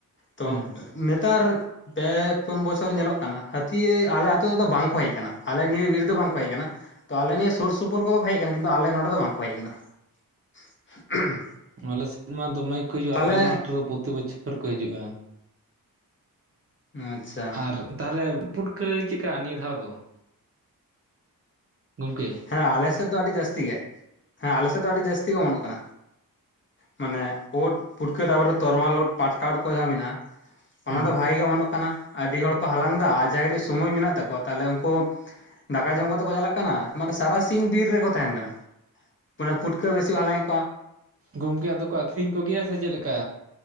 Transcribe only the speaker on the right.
ᱦᱮᱸ
ᱟᱞᱮ ᱥᱮᱫᱢᱟ ᱫᱚᱢᱮ ᱠᱚ ᱦᱤᱡᱩᱜᱼᱟ
ᱟᱞᱮ ᱢᱟᱴᱷ ᱨᱮᱫᱚ ᱯᱨᱚᱛᱤ ᱵᱚᱪᱷᱚᱨ ᱠᱚ ᱦᱤᱡᱩᱜᱼᱟ।
ᱟᱨ ᱛᱟᱦᱚᱞᱮ ᱯᱩᱴᱠᱟᱹᱭ ᱪᱠᱼᱟ ᱱᱤᱭᱟᱹ ᱫᱷᱟᱣ ᱫᱚ᱾ ᱜᱚᱢᱠᱮ,
ᱦᱮᱸ
ᱜᱚᱝᱠᱮ ᱟᱫᱚ ᱠᱚ ᱟᱠᱷᱨᱤᱧ ᱠᱚᱜᱮᱭᱟ ᱥᱮ ᱪᱮᱫᱞᱮᱠᱟ